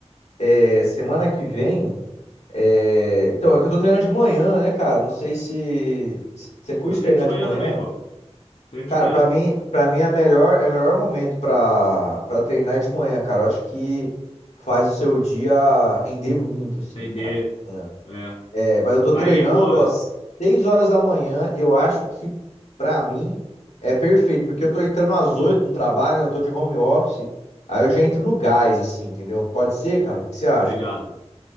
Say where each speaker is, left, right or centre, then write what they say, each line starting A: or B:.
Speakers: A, on the left (about 80°); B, on the left (about 65°).
A: é, semana que vem. é, Então, é que eu tô treinando de manhã, né, cara? Não sei se, se você curte
B: Eu treino
A: treinar
B: de manhã
A: de manhã.
B: também, pô. Treino
A: Cara,
B: de manhã,
A: pra mim,
B: pô.
A: para mim é melhor, é o melhor momento pra para treinar é de manhã, cara. Eu acho que faz o seu dia render muito, assim,
B: Render.
A: cara. de manhã.
B: É.
A: É, mas eu tô
B: Aí,
A: treinando
B: pô,
A: às 6 horas da manhã. Eu acho que pra mim é perfeito, porque eu tô entrando às 8 no trabalho, né? Eu tô de home office. Aí eu já entro no gás, assim, entendeu? Pode ser, cara? O que você acha?
B: tô ligado.